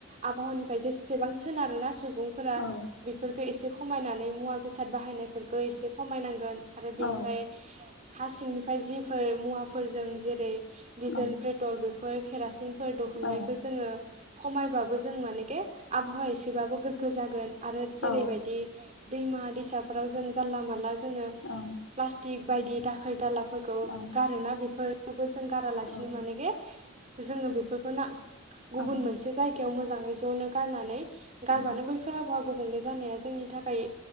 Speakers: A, on the right; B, on the left.
A: आबहावानिफ्राय जेसेबां सोनारोना सुबुंफोरा
B: औ
A: बेफोरखो एसे ख खमायनानै मुवा बेसाद बाहायनायफोरखौ एसे खमायनांगोन आरो बेनिफ्राय
B: औ
A: हा सिंनिफ्राय जिफोर मुवाफोरजों जेरै डिजेल
B: ओं
A: पेट्रल बेफोर केरासिन। फोर दिहुननायखो
B: ओ
A: जोङो खमायबाबो जों मानेेखे आबहाव एसेबाबो गोग्गो जागोन आरो जेरैबायदि
B: औ
A: दैमा दैसाफोराव जों जानला मोनला जोङो
B: औ
A: प्लासटिक बायदि दाखोर-दालाफो फोरखौ
B: ओं
A: गारोना बेफोरखौबो जों गारालासिनो
B: ओ
A: मानेखे जोङो बेफोरखौ ना
B: ओं
A: गुबुन मोनसे जायगायाव मोजाङै ज'नो गारनानै गारबानो
B: ओं
A: बैफोर आबहावा गुबुंले जानाया ज जोंनि थाखाय